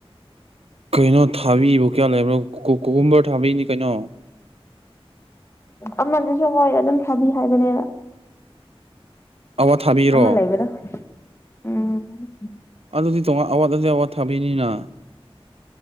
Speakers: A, on the right (about 75°); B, on the left (about 25°).
A: ꯀꯩꯅꯣ ꯊꯥꯕꯤꯕꯨ ꯀꯌꯥ ꯂꯩꯕ꯭ꯔꯣ ꯀꯣꯀꯨꯝꯕꯔ ꯊꯥꯕꯤꯅꯤ ꯀꯩꯅꯣ
B: ꯑꯃꯗꯨꯁꯨ ꯍꯣꯏ ꯑꯗꯨꯝ ꯊꯥꯕꯤ ꯍꯥꯏꯕꯅꯦꯕ
A: ꯑꯋꯥ ꯊꯥꯕꯤꯔꯣ
B: ꯑꯃ ꯂꯩꯕꯗꯣ ꯎꯝ
A: ꯑꯗꯨꯗꯤ ꯇꯣꯉꯥꯟ ꯑꯋꯥꯠꯗꯤ ꯑꯋꯥꯠ ꯊꯥꯕꯤꯅꯤꯅ